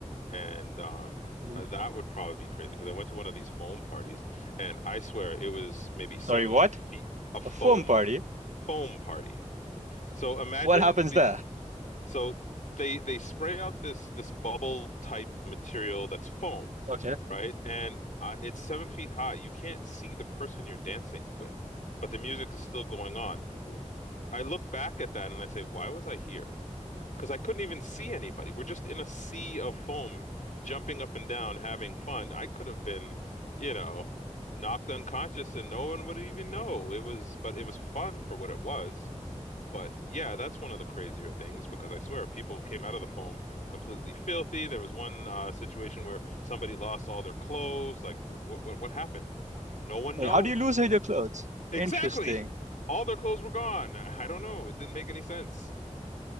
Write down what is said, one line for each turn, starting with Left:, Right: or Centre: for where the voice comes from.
Left: And um,
Right: hmm
Left: uh, that would probably be crazy because I went to one of these foam parties and I swear it was maybe
Right: Sorry,
Left: seven
Right: what?
Left: feet, a foam
Right: A foam party?
Left: foam party. So imagine
Right: What happens
Left: the,
Right: there?
Left: so they they spray out this this bubble type material that's foam,
Right: Okay.
Left: right? And uh, it's seven feet high. You can't see the person you're dancing with, but the music is still going on. W- I look back at that and I say, why was I here? because I couldn't even see anybody. We're just in a sea of foam, jumping up and down, having fun. I could have been, you know, knocked unconscious and no one would even know. It was, but it was fun for what it was. But yeah, that's one of the crazier things because I swear people came out of the foam completely filthy. There was one uh, situation where somebody lost all their clothes. Like, what what what happened? No one
Right: Like,
Left: knows.
Right: how do you lose all your clothes?
Left: Exactly.
Right: Interesting.
Left: All their clothes were gone. <laughs> I don't know. It didn't make any sense.